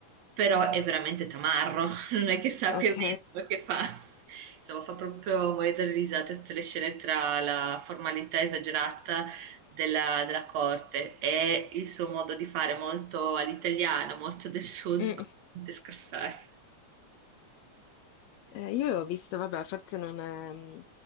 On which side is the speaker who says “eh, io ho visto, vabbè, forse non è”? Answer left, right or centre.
Left